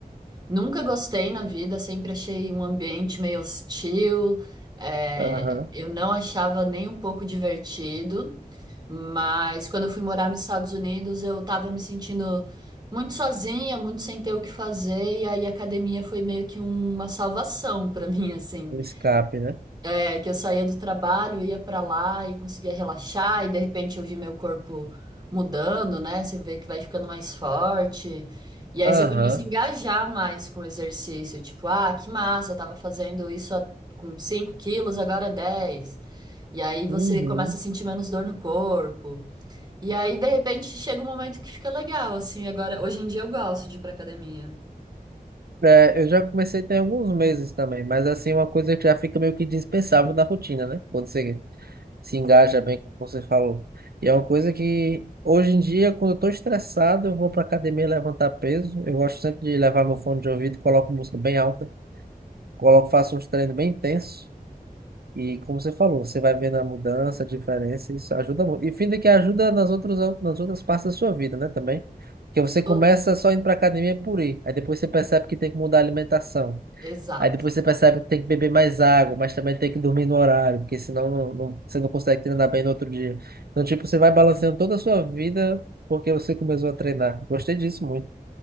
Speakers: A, on the right; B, on the right.
A: Nunca gostei na vida, sempre achei um ambiente meio hostil, é,
B: Aham.
A: eu não achava nem um pouco divertido, mas quando eu fui morar nos Estados Unidos, eu tava me sentindo muito sozinha, muito sem ter o que fazer, e aí a academia foi meio que uma salvação pra mim, assim.
B: Um Escape, né?
A: É, que eu saía do trabalho, ia pra lá e conseguia relaxar, e de repente eu vi meu corpo mudando, né? Você vê que vai ficando mais forte. E aí
B: Aham.
A: você começa a engajar mais com o exercício. Tipo, ah, que massa, eu tava fazendo isso há- com 5 quilos, agora é 10. E aí você
B: Uhum.
A: começa a sentir menos dor no corpo. E aí, de repente, chega um momento que fica legal, assim. Agora, hoje em dia eu gosto de ir pra academia.
B: É, eu já comecei tem alguns meses também, mas assim, é uma coisa que já fica meio que dispensável na rotina, né? Quando você se engaja bem, como você falou. E é uma coisa que, hoje em dia, quando eu estou estressado, eu vou para academia levantar peso. Eu gosto sempre de levar meu fone de ouvido, coloco música bem alta, coloco, faço uns treinos bem intensos. E como você falou, você vai vendo a mudança, a diferença, isso ajuda muito. E fim de que ajuda nas outras, nas outras partes da sua vida, né, também. Porque você
A: Tô-
B: começa só indo para academia por ir, aí depois você percebe que tem que mudar a alimentação.
A: Exato.
B: Aí depois você percebe que tem que beber mais água, mas também tem que dormir no horário, porque senão não, não- você não consegue treinar bem no outro dia. Então, tipo, você vai balanceando toda a sua vida porque você começou a treinar. Gostei disso muito.